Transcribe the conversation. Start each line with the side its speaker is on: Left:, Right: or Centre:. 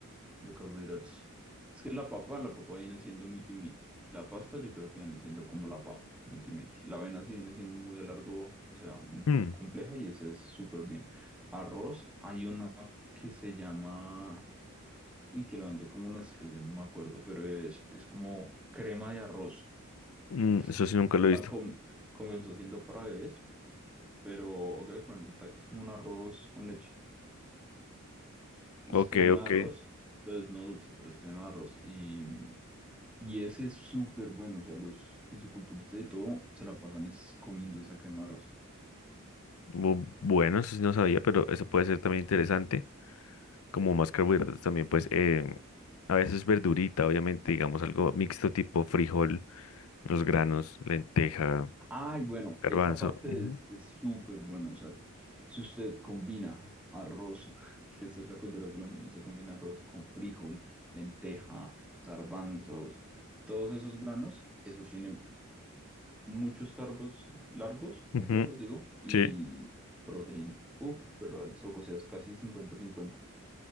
Centre: de carbohidratos? Es que la papa, la papa viene siendo miti miti. La pasta yo creo que viene siendo como la papa, miti miti. La avena sí viene siendo muy a largo, o sea, muy co-
Left: Mm,
Centre: compleja y ese es súper bien. Arroz, hay una que se llama, y que la vende como Nestlé, yo no me acuerdo, pero es, es como crema de arroz.
Left: mm,
Centre: Es-
Left: eso sí nunca lo he visto.
Centre: ah, com- comenzó siendo para bebés, pero haga de cuenta que es como un arroz con leche. Es
Left: Ok,
Centre: crema
Left: ok.
Centre: de arroz. Entonces no dulce, pero es crema de arroz. Y, y ese es súper bueno. O sea, los fisiculturistas y todo se la pasan es comiendo esa crema de arroz.
Left: Bu- bueno, eso sí no sabía, pero eso puede ser también interesante. Como más carbohidratos también, pues eh, a veces verdurita, obviamente, digamos algo mixto tipo frijol, los granos, lenteja,
Centre: Ay, bueno,
Left: garbanzo.
Centre: esa parte
Left: Ujú.
Centre: es, es súper buena. O sea, si usted combina arroz, <laughs> que esa es la cultura colombiana, se combina arroz con frijol, lenteja, garbanzos, todos esos granos, eso tiene muchos carbos largos, complejos,
Left: Ujú,
Centre: digo, y
Left: Sí,
Centre: proteína. Uf, pero el soco, o sea, es casi cincuenta cincuenta